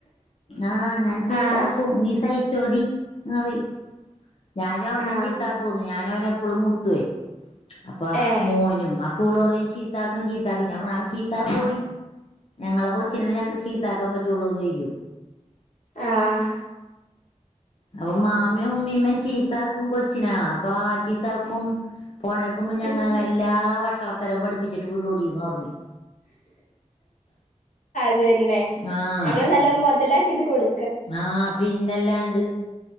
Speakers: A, on the left; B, on the left.
A: ആഹ് ഞാൻ ചീത്താക്കും
B: ആഹ്
A: നീ സഹി ചോടി എന്നറയും ഞാനും അവനും
B: ആഹ്
A: ചീത്താക്കൂന്ന് ഞാനും അവനെ പുപ്പളമുത്ത അപ്പൊ
B: ഏഹ്
A: മോനും ഓള് പറയും ചീത്താക്കും ചീത്താക്കും ഞാൻ പറയും ഓ ചീത്താക്കോടി ഞങ്ങളെ കൊച്ചിന ഞങ്ങക്ക് ചീത്താക്കാൻ പറ്റും ളിക്കും
B: ആഹ്
A: അപ്പൊ മാമേം ഉമ്മീമ്മയും ചീത്താക്കും കൊച്ചിനാ അപ്പ ചീത്താക്കും പോണേക്കുമുന്നേ
B: ചീത്ത
A: ഞങ്ങൾ എല്ലാ വഷള ത്തരം പഠിപ്പിച്ചിട്ട് വിടോടി എന്ന് പറഞ്ഞ്
B: തന്നെ
A: ആഹ്
B: നമ്മള് നല്ല മുതല ഇത് കൊടു
A: ആഹ് പിന്നല്ലാണ്ട്